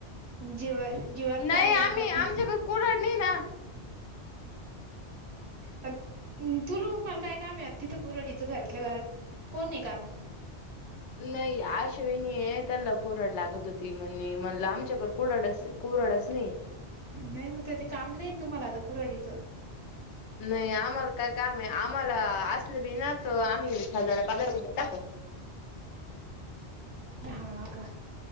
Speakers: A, on the right; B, on the left.
A: जीवर जेवण
B: नाही
A: काय येऊन
B: आम्ही
A: करते.
B: आमच्याकडे कुऱ्हाड नाही ना
A: अ तु ल मला काय काम आहे तिथं कुरडीचं घरातल्या घरात कोण नि कालू
B: नाही अश्विनी आहे त्यांना कोरड लागत होती म्हणल आम त्याच्या कुडड कोूरडच नाही.
A: नाही मग ते ते काम नाही तुम्हाला आता कुराडीचं
B: नाही आम्हाला काय काम आहे आम्हाला असलं बी ना तर आम्ही हजार पगार <unintelligible> टाकू
A: हा का्